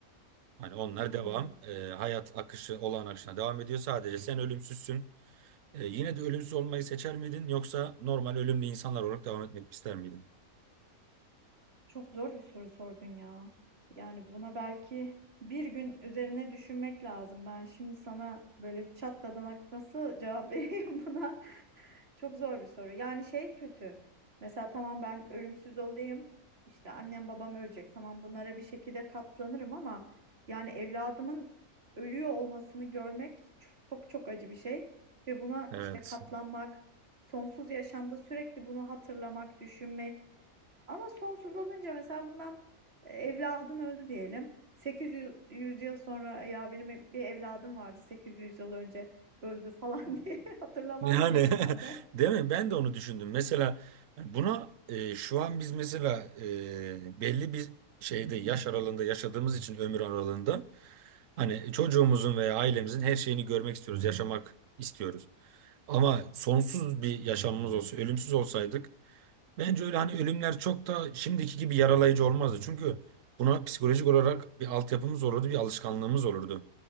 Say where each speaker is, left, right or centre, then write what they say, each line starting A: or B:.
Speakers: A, on the right; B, on the right.
A: Hani onlar
B: Hmm.
A: devam. E, hayat akışı olağan akışına devam ediyor. Sadece sen ölümsüzsün. E, yine de ölümsüz olmayı seçer miydin yoksa normal ölümlü insanlar olarak devam etmek ister miydin?
B: Çok zor bir soru sordun ya. Yani buna belki bir gün üzerine düşünmek lazım. Ben şimdi sana böyle çat dadan nasıl cevap <laughs> vereyim buna? Çok zor bir soru. Yani şey kötü. Mesela tamam ben ölümsüz olayım. İşte annem babam ölecek. Tamam bunlara bir şekilde katlanırım ama yani evladımın ölüyor olmasını görmek çok çok acı bir şey. Ve buna
A: Evet.
B: işte katlanmak, sonsuz yaşamda sürekli bunu hatırlamak, düşünmek. Ama sonsuz olunca mesela bundan e, evladın öldü diyelim. 800 yüz yıl sonra ya benim bir evladım vardı 800 yıl önce öldü falan <laughs> diye hatırlamazsın
A: Yani
B: herhalde.
A: <laughs> değil mi? Ben de onu düşündüm. Mesela buna e, şu an biz mesela e, belli bir şeyde yaş aralığında yaşadığımız için ömür aralığında hani çocuğumuzun veya ailemizin her şeyini görmek istiyoruz, yaşamak istiyoruz. Ama sonsuz bir yaşamımız olsa, ölümsüz olsaydık bence öyle hani ölümler çok da şimdiki gibi yaralayıcı olmazdı. Çünkü buna psikolojik olarak bir altyapımız olurdu, bir alışkanlığımız olurdu.